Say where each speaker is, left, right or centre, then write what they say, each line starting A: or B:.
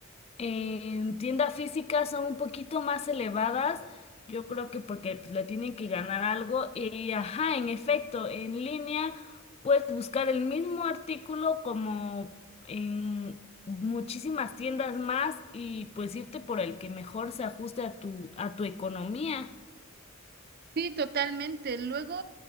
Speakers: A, on the left (about 30°); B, on the right (about 45°).
A: en tienda física son un poquito más elevadas, yo creo que porque pues, le tienen que ganar algo y ajá, en efecto, en línea puedes buscar el mismo artículo como en muchísimas tiendas más y pues irte por el que mejor se ajuste a tu, a tu economía.
B: Sí, totalmente. Luego,